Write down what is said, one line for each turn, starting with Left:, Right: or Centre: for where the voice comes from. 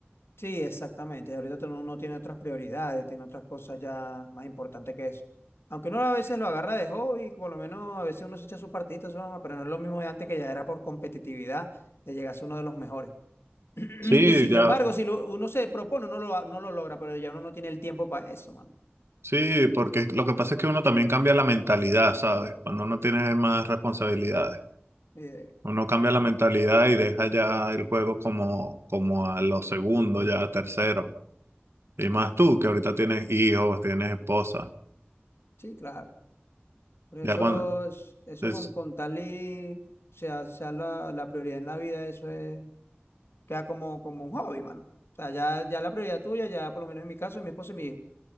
Left: Sí, exactamente. Ahorita tú no- uno tiene otras prioridades, tiene otras cosas ya más importantes que eso. Aunque uno a veces lo agarra de hobby, por lo menos a veces uno se echa sus partidita, su broma, pero no es lo mismo de antes que ya era por competitividad de llegar a ser uno de los mejores. <clears throat>
Right: Sí,
Left: Y sin
Right: ya,
Left: embargo, si lo- uno se propone, uno lo, no lo logra, pero ya uno no tiene el tiempo para eso, mano.
Right: sí, porque lo que pasa es que uno también cambia la mentalidad, ¿sabes? Cuando uno tiene más responsabilidades.
Left: Eh,
Right: Uno cambia la mentalidad y deja ya el juego como, como a los segundos, ya a tercero. Y más tú, que ahorita tienes hijos, tienes esposa.
Left: sí, claro. Por eso,
Right: Ya cuando
Left: es- eso
Right: es,
Left: con, con tal y sea, sea la, la prioridad en la vida, eso es queda como, como un hobby, mano. O sea, ya, ya la prioridad tuya, ya por lo menos en mi caso, es mi esposa y mi hijo.